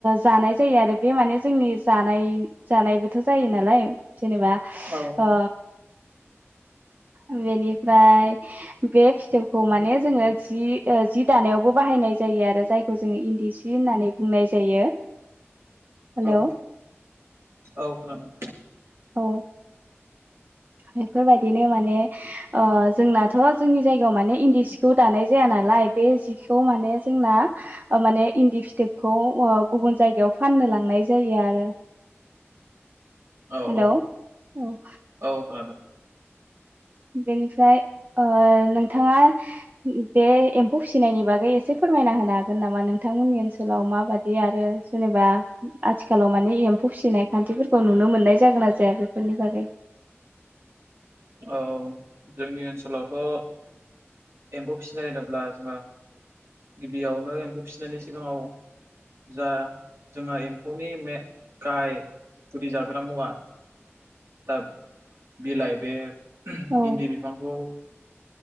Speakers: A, on the right; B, on the right.
A: जानाय जायो आरो बे माने जोंनि जानाय जानायबोथ' जायोलाय जेनेबा
B: औ
A: ओ बे बाय बे फिथोबखौ माने जोङो जि जि दानायावबो बाहायनाय जायो आरो जायखौ खौ जोङो इन्दि सि होननानै बुंनाय जायो हेलौ
B: औ औ खोनादों।
A: औ। बेफोरबायदिनो माने जोंनाथ' जोंनि जायगायाव माने इन्दि सिखौ दानाय जाया नालाय बे जिखौ माने जोंना माने इन्दि फिथोबखौ गुबुन जायगायाव फाननो लांनाय जायो आरो।
B: औ
A: हेलौ
B: औ
A: ओ
B: औ खोनादों
A: बेनिफ्राय ओ नोंथाङा बे एम्फौ फिसिनायनि बागै एसे फोरमायना होनो हागोन नामा नोंथांमोननि ओनसोलाव माबादि बे आरो जेनेबा आथिखालाव मानि एम्फौ फिसिनाय खान्थिफोरखौ नुनो मोननाय जागोन ना जाया? बेफोरनि बागै
B: औ जोंनि ओनसोलवबो एम्फौ फिसिनाय होनोब्ला जोंहा गिबियावनो एम्फौ फिसिनायनि सिगाङाव जा जोंहा एम्फौनि मे गाहाया गुदि जाग्रा मुवा <unintelligible> बे
A: औ
B: इन्दि बिफांखौ